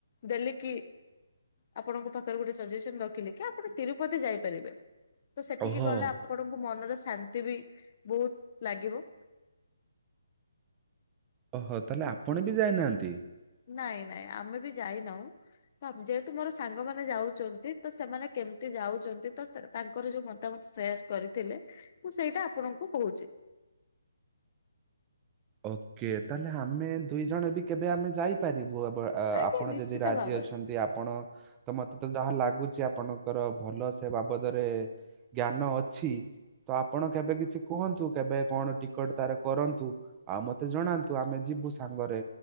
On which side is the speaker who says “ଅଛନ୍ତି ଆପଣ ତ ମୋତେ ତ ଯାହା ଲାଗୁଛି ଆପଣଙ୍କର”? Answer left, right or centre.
Right